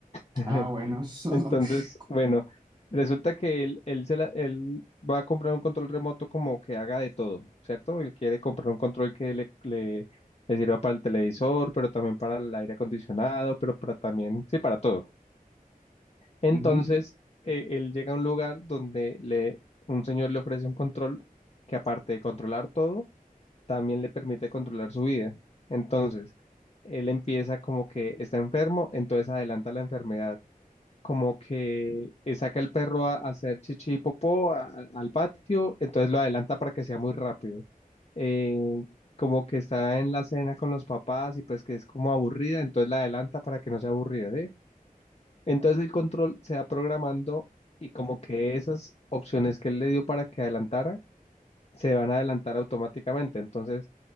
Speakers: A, on the left (about 45°); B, on the right (about 30°).
A: <laughs>
B: Ah, bueno. <laughs>
A: Entonces, bueno, resulta que él, él, se la- él va a comprar un control remoto como que haga de todo, ¿cierto? Él quiere comprar un control que le, le, le sirva para el televisor, pero también para el aire acondicionado, pero para también, sí, para todo. Entonces,
B: Ujú.
A: eh, él llega a un lugar donde le, un señor le ofrece un control que aparte de controlar todo, también le permite controlar su vida. Entonces, él empieza como que está enfermo, entonces adelanta la enfermedad como que eh, saca el perro a, a hacer chichi y popó a- a- al patio, entonces lo adelanta para que sea muy rápido. Eh, como que está en la cena con los papás y pues que es como aburrida, entonces la adelanta para que no sea aburrida, ¿sí? Entonces el control se va programando y como que esas opciones que él le dio para que adelantara, se van a adelantar automáticamente. Entonces,